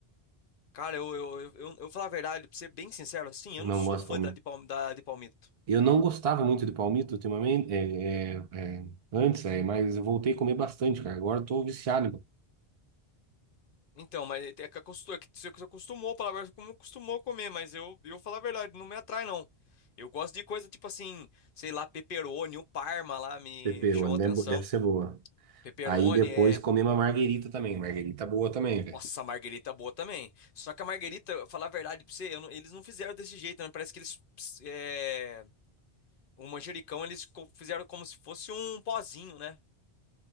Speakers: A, on the left; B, on the right.
A: Cara, eu, eu, eu, eu, eu falar a verdade, pra ser bem sincero, assim,
B: Não
A: eu não sou
B: gosto
A: fã
B: de palmito.
A: da de, palm, da de palmito.
B: Eu não gostava muito de palmito ultimamente, é, é, é, antes, é, mas eu voltei a comer bastante, cara. Agora eu tô viciado em
A: Então, mas é que acostumou, que você você acostumou, palavra como acostumou a comer, mas eu, eu falar a verdade, não me atrai, não. Eu gosto de coisa tipo assim, sei lá, pepperoni, o Parma lá me,
B: pepperoni,
A: me chamou a atenção.
B: deve, deve ser boa.
A: Pepperoni
B: Aí depois
A: é.
B: comi uma marguerita também, marguerita boa também, velho.
A: Nossa, a marguerita é boa também. Só que a marguerita, falar a verdade pra você, eu não- eles não fizeram desse jeito, né? Parece que eles. é, o manjericão eles co- fizeram como se fosse um pozinho, né?